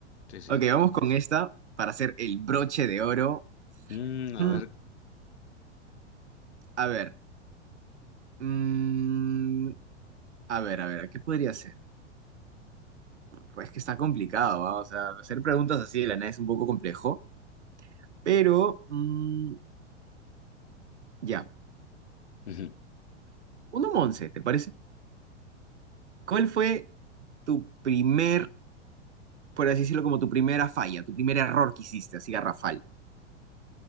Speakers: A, on the left; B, on the right.
A: sí, sí.
B: Ok, vamos con esta para hacer el broche de oro.
A: Mm, a
B: Mm,
A: ver.
B: A ver, mm, a ver, a ver, ¿qué podría ser? Pues que está complicado, ¿va? O sea, hacer preguntas así de la nada es un poco complejo, pero mm, ya,
A: <laughs>
B: uno once, ¿te parece? ¿Cuál fue tu primer por así decirlo, como tu primera falla, tu primer error que hiciste, así garrafal.